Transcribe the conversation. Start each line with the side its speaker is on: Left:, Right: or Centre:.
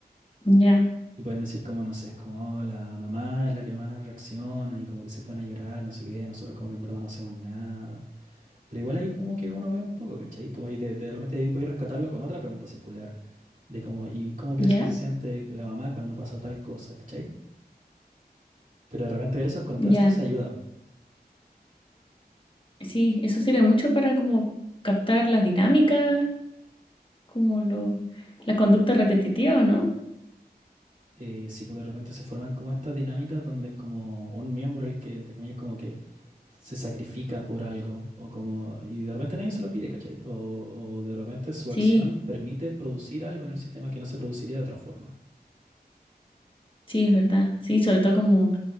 Left: Ya,
Right: Y pueden decir como, no sé, es como "Oh, la mamá es la que más reacciona y como que se pone a llorar, no sé qué, nosotros como que en verdad no hacemos nada. Pero igual ahí como que uno ve un poco, ¿cachai? Como y de, de repente ahí podéis rescatarlo con otra pregunta circular, de cómo, ¿y cómo crees
Left: ya,
Right: que se siente la mamá cuando pasa tal cosa, ¿cachai? Pero de repente ver esos contrastes
Left: ya.
Right: ayuda. po.
Left: Sí, eso sirve mucho para como captar las dinámicas, como lo, la conducta repetitiva, ¿no?
Right: Eh, si pues, de repente se forman como estas dinámicas donde es como un miembro el que, entre comillas, como que se sacrifica por algo, o como, y de repente nadie se lo pide, ¿cachai? O, o de repente su
Left: Sí,
Right: acción permite producir algo en el sistema que no se produciría de otra forma.
Left: sí, es verdad. Sí, sobre todo como,